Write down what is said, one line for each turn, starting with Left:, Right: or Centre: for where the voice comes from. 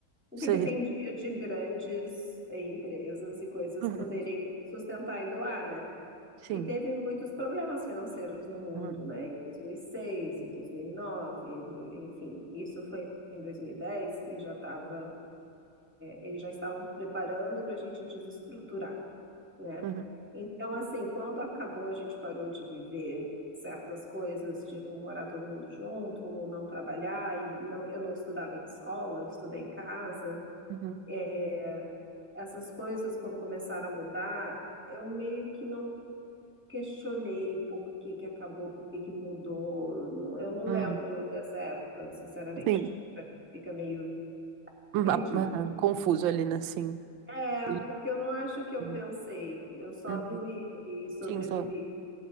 Centre: O
Right: sei.
Centre: que dependia de grandes, eh, empresas e coisas
Right: Uhum,
Centre: poderem sustentar e doar, né?
Right: sim.
Centre: E teve muitos problemas financeiros no mundo,
Right: Uhum,
Centre: né? Em 2006, em 2009, do- enfim, isso foi em 2010 e dez e já estava, eles já estavam preparando para a gente desestruturar, né?
Right: uhum,
Centre: Então, assim, quando acabou, a gente parou de viver certas coisas, tipo morar todo mundo junto, ou não trabalhar, e não, eu não estudava em escola, eu estudei em casa.
Right: uhum,
Centre: é, Essas coisas, quando começaram a mudar, eu meio que não questionei por que que acabou, por que que mudou. Não- Eu não lembro
Right: uhum,
Centre: dessa época, sinceramente.
Right: sim.
Centre: Tipo, pra mim fica meio
Right: Uhum,
Centre: perdido.
Right: ah, ah, confuso ali, né? Sim.
Centre: É,
Right: Sim,
Centre: porque eu não acho que eu
Right: sim.
Centre: pensei. Eu só
Right: Uhum,
Centre: vivi e sobrevivi.
Right: sim, só